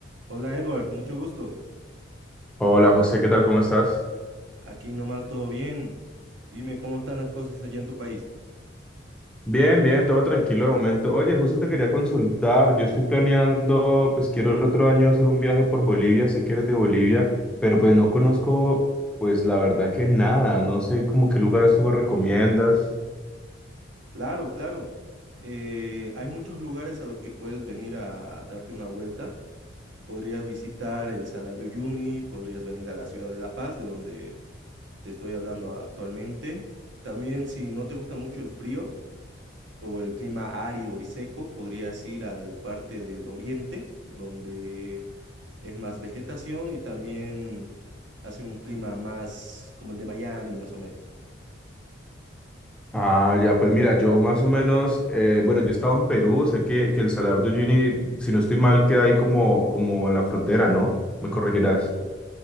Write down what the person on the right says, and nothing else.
Hola Edward, mucho gusto.
Aquí nomás todo bien. Dime cómo están las cosas allá en tu país.
Claro, claro. Eh, hay muchos lugares a los que puedes venir a darte una vuelta. Podrías visitar el Salar de Uyuni, podrías venir a la ciudad de La Paz, de donde te estoy hablando actualmente. También si no te gusta mucho el frío, o el clima árido y seco, podrías ir al parte del oriente, donde es más vegetación y también hace un clima más como el de Miami, más o menos.